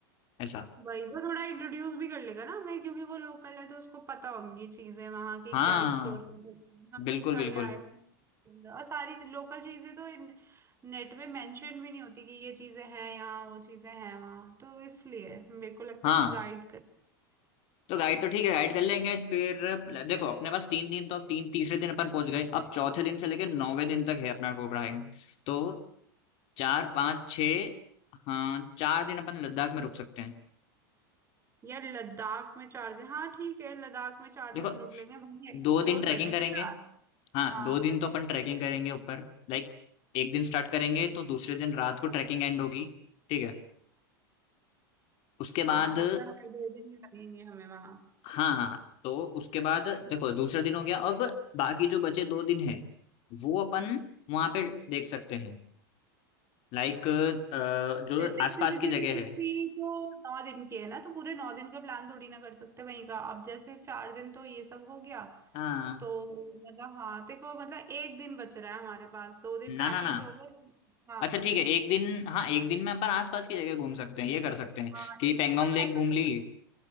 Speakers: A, on the left (about 50°); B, on the right (about 20°).
A: ऐसा
B: वही वो थोड़ा इंट्रोड्यूस भी कर लेगा ना हमें क्योंकि वो लोकल है तो उसको पता होंगी चीजें वहां की
A: हाँ
B: क्या एक्सप्लोर कर सकते हैं हम
A: बिल्कुल
B: तो कुछ आइडिया
A: बिल्कुल
B: आएगा नहीं। और सारी लोकल चीजें तो नेट में मेंशन भी नहीं होती कि ये चीजें हैं यहाँ वो चीजें हैं वहाँ तो इसलिए मेरे को लगता
A: हाँ
B: है कि गाइड कर
A: तो गाइड तो ठीक है गाइड कर लेंगे फिर देखो अपने पास तीन दिन तो अब तीन तीसरे दिन अपन पहुंच गए अब चौथे दिन से लेकर नौवे दिन तक है अपना टूर गाइड तो चार पाँच छ हाँ चार दिन अपन लद्दाख में रुक सकते हैं
B: यार लद्दाख में चार दिन हाँ ठीक है लद्दाख में चार
A: देखो
B: दिन रुक लेंगे वहीं एक्सप्लोर
A: दो दिन ट्रैकिंग
B: कर लेंगे
A: करेंगे हाँ
B: हाँ
A: दो दिन तो अपन ट्रैकिंग करेंगे ऊपर लाइक एक दिन स्टार्ट करेंगे तो दूसरे दिन रात को ट्रैकिंग एंड होगी ठीक है उसके
B: हाँ
A: बाद
B: वो तो ढाई दो दिन ही लगेंगे हमें वहाँ
A: हाँ हाँ तो उसके बाद देखो दूसरा दिन हो गया अब बाकी जो बचे दो दिन है वो अपन वहां पे देख सकते हैं लाइक जो
B: जैसे
A: आसपास
B: क्योंकि
A: की
B: तेरी
A: जगह
B: छुट्टी
A: है
B: तो नौ दिन की है ना तो पूरे नौ दिन का प्लान थोड़ी ना कर सकते वहीं का अब जैसे चार दिन तो ये सब हो गया
A: हाँ
B: तो मतलब हाँ तेरे को मतलब एक दिन बच रहा है हमारे पास दो दिन
A: ना
B: ट्रैकिंग
A: ना ना
B: के हो गए हाँ
A: अच्छा ठीक है एक दिन हाँ एक दिन में अपन आसपास की जगह घूम सकते हैं ये कर सकते हैं
B: हाँ
A: कि
B: एक
A: पेंगोंग
B: दिन हम
A: लेक
B: ऐसे
A: घूम
B: लोकल
A: ली